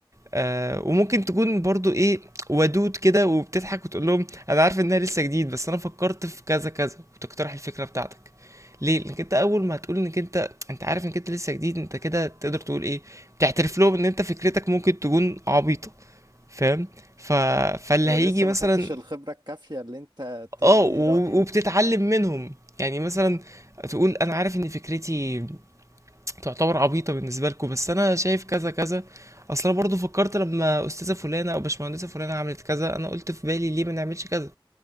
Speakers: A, on the right; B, on the right.
A: آه وممكن تكون برضو ايه ودود كده وبتضحك وتقول لهم انا عارف انها لسه جديد بس انا فكرت في كذا كذا وتقترح الفكره بتاعتك ليه لانك انت اول ما هتقول انك انت انت عارف انك انت لسه جديد انت كده تقدر تقول ايه بتعترف لهم ان انت فكرتك ممكن تكون عبيطه فاهم ف... فاللي
B: ولسه
A: هيجي مثلا
B: ما خدتش الخبرة الكافية اللي انت تدي
A: اه و...
B: رأي م-
A: وبتتعلم منهم يعني مثلا تقول انا عارف ان فكرتي تعتبر عبيطة بالنسبة لكم بس أنا شايف كذا كذا أصل أنا برضه فكرت لما أستاذة فلانة أو باشمهندسة فلانة عملت كذا أنا قلت في بالي ليه ما نعملش كذا